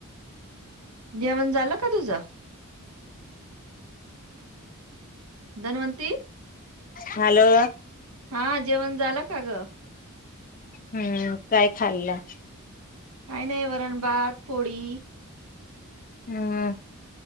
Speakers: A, on the right (about 75°); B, on the left (about 40°).
A: जेवण झालं का तुझं? धनवंती
B: हॅलो
A: हा जेवण झालं का ग?
B: हम्म काय खाल्लं.
A: काही नाही वरण भात पोळी
B: हम्